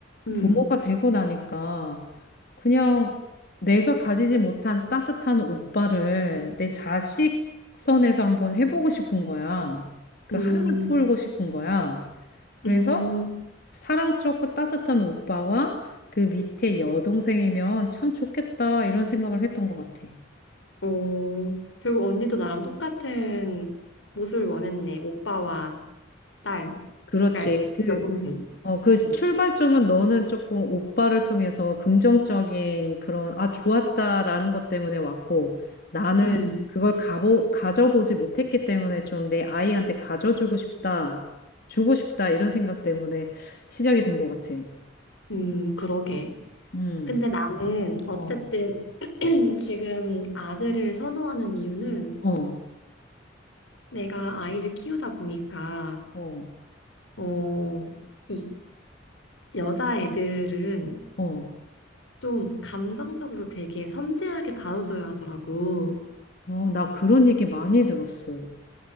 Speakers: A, on the left; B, on the left.
A: 음,
B: 부모가 되고 나니까 그냥 내가 가지지 못한 따뜻한 오빠를 내 자식 선에서 한번 해보고 싶은 거야. 그
A: 음,
B: 한을 풀고 싶은 거야. 그래서
A: 음.
B: 사랑스럽고 따뜻한 오빠와 그 밑에 여동생이면 참 좋겠다 이런 생각을 했던 것 같아.
A: 오, 결국 언니도 나랑 똑같은 모습을 원했네. 오빠와 딸,
B: 그렇지.
A: 딸,
B: 그
A: 여동생.
B: 어, 그 출발점은
A: 뭐.
B: 너는 조금 오빠를 통해서 긍정적인 그런, 아, 좋았다라는 것 때문에 왔고, 나는
A: 음,
B: 그걸 가보, 가져보지 못했기 때문에 좀 내 아이한테 가져주고 싶다, 주고 싶다, 이런 생각 때문에 시작이 된 것 같아.
A: 음, 그러게.
B: 음,
A: 근데 나는 어쨌든
B: 어,
A: <clears throat> 지금 아들을 선호하는 이유는
B: 어,
A: 내가 아이를 키우다 보니까,
B: 어,
A: 어, 이 여자애들은
B: 어,
A: 좀 감정적으로 되게 섬세하게 다뤄줘야 하더라고.
B: 어, 나 그런 얘기 많이 들었어.